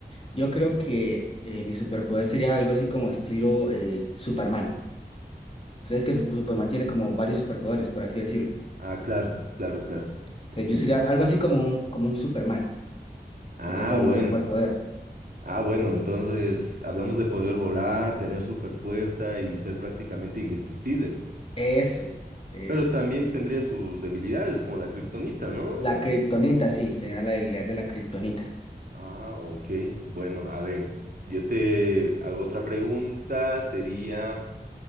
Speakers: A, on the left; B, on the right.
A: yo creo que eh, mi superpoder sería algo así como estilo eh, Superman. Entonces, que Sup- Superman tiene como varios superpoderes, por así decirlo.
B: Ah, claro, claro, claro.
A: Entonces,
B: Entiendo.
A: yo sería algo así como un, como un Superman.
B: Ah,
A: Sería como
B: bueno.
A: mi superpoder.
B: Ah, bueno, entonces hablamos de poder volar, tener super fuerza y ser prácticamente indestructible.
A: Eso, eso.
B: Pero también tendría sus debilidades, como la kriptonita, ¿no? O-
A: La kriptonita, sí, tenía la debilidad de la kriptonita.
B: Ah, ok. Bueno, a ver. Yo te hago otra pregunta. Sería.